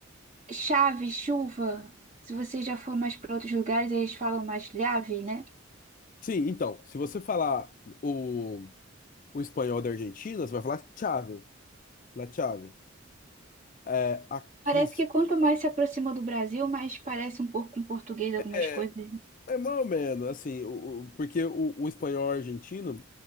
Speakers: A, on the right; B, on the left.
A: chave, chuva. Se você já for mais para outros lugares, eles falam mais lhave, né?
B: Sim, então, se você falar o, o espanhol da Argentina, você vai falar chave, la chave. É, aqui,
A: Parece que quanto mais se aproxima do Brasil, mais parece um pouco com português algumas
B: é,
A: coisas.
B: é mais ou menos, assim, o, o- porque o, o espanhol argentino,